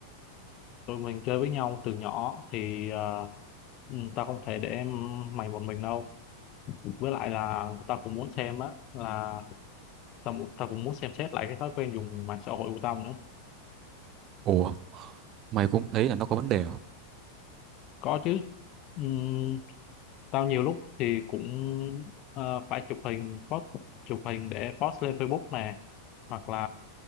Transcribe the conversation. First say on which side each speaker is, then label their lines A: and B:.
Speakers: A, on the left; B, on the right.
A: Tụi mình chơi với nhau từ nhỏ thì ờ, Ừ, tao không thể để em mày một mình đâu với lại là tao cũng muốn xem á là tao mu- tao cũng muốn xem xét lại cái thói quen dùng mạng xã hội của tao nữa
B: ủa mày cũng thấy là nó có vấn đề à
A: Có chứ. Ừm, tao nhiều lúc thì cũng ờ, phải chụp hình post chụp hình để post lên Facebook nè hoặc là